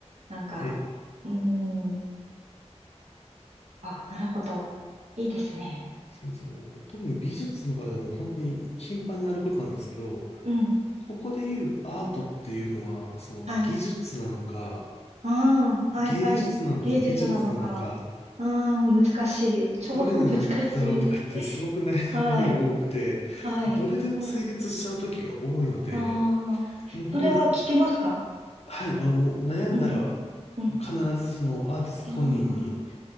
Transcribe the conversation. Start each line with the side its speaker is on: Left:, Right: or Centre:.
Right: なんか、
Left: はい。
Right: うーん、あ、なるほど。いいですね。
Left: そうです。あの、特に美術の場合はもう本当に頻繁にあることなんですけど、
Right: うん。
Left: ここで言うアートっていうのは、その技術なのか、
Right: はい。ああ、はいはい。
Left: 芸術なのか、
Right: 芸術なのか。
Left: 美術なのか、
Right: うーん、難しい。超難しい。
Left: どれなのだろうとかってすごく悩む
Right: はい。
Left: <laughs> 場面が多くて、
Right: はい。
Left: どれでも成立しちゃう時が多いので、
Right: ああ、
Left: もう本当に、
Right: それは聞けますか
Left: はい、あの、もう悩んだら、
Right: うん、うん。
Left: 必ずそのアーティスト本人に、
Right: あ